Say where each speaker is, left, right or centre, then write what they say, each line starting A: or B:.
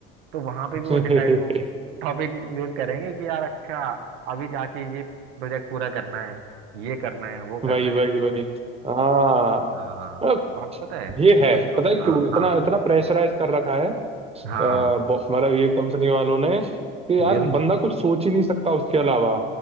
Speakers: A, on the right; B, on the right.
A: तो वहां पे
B: <laughs>
A: भी वो डिसाइड वो टॉपिक यूज करेंगे कि यार अच्छा अभी जाके ये प्रोजेक्ट पूरा करना है ये करना है वो
B: वही
A: करना
B: वही
A: है
B: वही हाँ
A: हाँ
B: अब
A: और पता है
B: ये है
A: एक दो
B: पता है क्यों
A: हाँ
B: इतना
A: हाँ
B: इतना प्रेशराइज कर रखा है अ,
A: हाँ
B: बो- मतलब ये कंपनी वालों ने कि यार
A: बिल्कुल
B: बंदा कुछ सोच ही नहीं सकता उसके अलावा